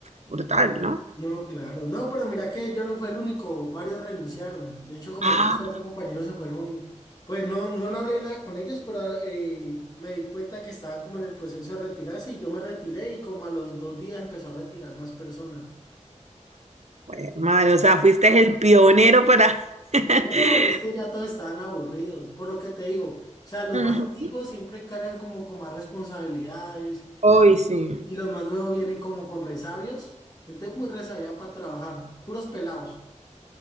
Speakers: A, on the right; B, on the left.
A: brutal, ¿no?
B: No, claro. No, pero mira que yo no fue el único, varios renunciaron. De hecho, como
A: Ah,
B: tres, cuatro compañeros se fueron. Pues no, no, no hablé nada con ellos, pero eh, me di cuenta que estaban como en el proceso de retirarse y yo me retiré y como a los dos días empezó a retirar más personas.
A: bueno, madre, o sea, fuiste el pionero para... <laughs>
B: No, es que ya todos estaban aburridos, por lo que te digo. O sea, los
A: Ujú.
B: más antiguos siempre cargan como con más responsabilidades
A: Hoy
B: y,
A: sí.
B: y los más nuevos vienen como con resabios. Gente muy resabia para trabajar, puros pelados.